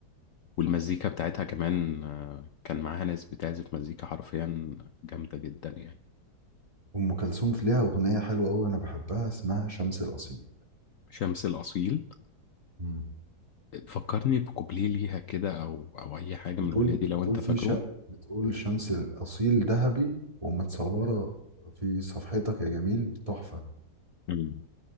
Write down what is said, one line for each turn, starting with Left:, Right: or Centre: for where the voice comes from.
Left: والمزيكا بتاعتها كمان آه، كان معاها ناس بتعزف مزيكا حرفيا جامدة جدا يعني
Right: ام كلثوم في ليها اغنية حلوة قوي انا بحبها اسمها شمس الاصيل
Left: شمس الأصيل
Right: امم
Left: فكرني بكوبليه ليها كده أو أو أي حاجة
Right: بتقول
Left: من الأغنية دي لو
Right: بتقول
Left: أنت
Right: في
Left: فاكره
Right: ش... بتقول شمس الاصيل ذهبي ومتصورة في صفحتك يا جميل تحفة
Left: مم.